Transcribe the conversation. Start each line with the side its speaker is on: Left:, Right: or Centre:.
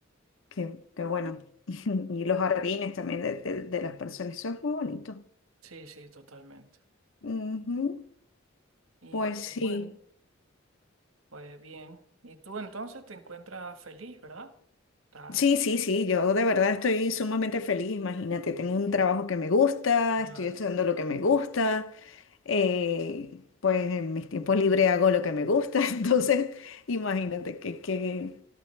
Left: qué, qué bueno. <laughs> Y los jardines también de, de- de las personas, eso es muy bonito.
Right: sí, sí, totalmente.
Left: Ujú.
Right: Y
Left: Pues
Right: pues
Left: sí.
Right: bueno, pues bien. Y tú entonces te encuentras feliz, ¿verdad? Estás-
Left: Sí, sí, sí, yo de verdad estoy sumamente feliz, imagínate, tengo un trabajo que me gusta,
Right: Claro,
Left: estoy estudiando lo que me gusta, eh, pues en mis tiempos libres hago lo que me gusta, <laughs> entonces imagínate que,